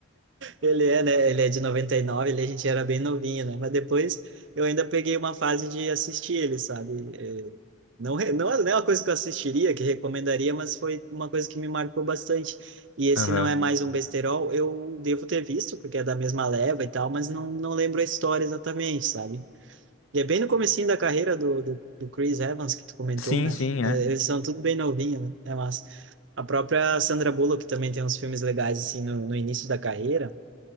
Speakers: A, on the right (about 65°); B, on the left (about 85°).
A: Ele é, né? Ele é de 99. ele a gente era bem novinho, né? Mas depois eu ainda peguei uma fase de assistir ele, sabe? É, não, re- não, é- não é uma coisa que eu assistiria, que recomendaria, mas foi uma coisa que me marcou bastante. E esse
B: Aham.
A: não é mais um besterol, eu devo ter visto, porque é da mesma leva e tal, mas não, não lembro a história exatamente, sabe? E é bem no comecinho da carreira do, do, do Chris Evans, que tu comentou,
B: Sim,
A: né?
B: sim,
A: É,
B: é.
A: Eles são tudo bem novinho, né? É massa. A própria Sandra Bullock também tem uns filmes legais, assim, no, no início da carreira.